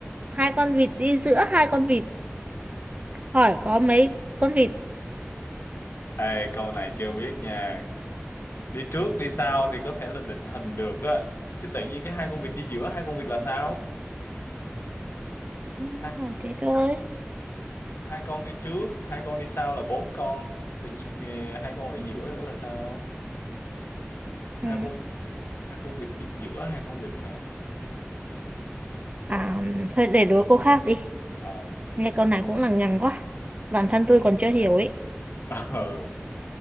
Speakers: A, on the right; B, on the left.
A: hai con vịt đi giữa hai con vịt. Hỏi có mấy con vịt?
B: Ê, câu này chưa biết nha đi trước đi sau thì có thể là định hình được á chứ tự nhiên cái hai con vịt đi giữa hai con vịt là sao
A: Ừ,
B: hai
A: thế thôi
B: hai con đi trước hai con đi sau là bốn con tự nhiên eh, hai con ở giữa nữa là sao
A: ừ.
B: hai con hai con vịt đi giữa hai con vịt hả Hai-
A: à, thôi để đố câu khác đi
B: ờ
A: nghe câu này cũng lằng nhằng quá bản
B: ừ.
A: thân tôi còn chưa hiểu ấy
B: <laughs> ờ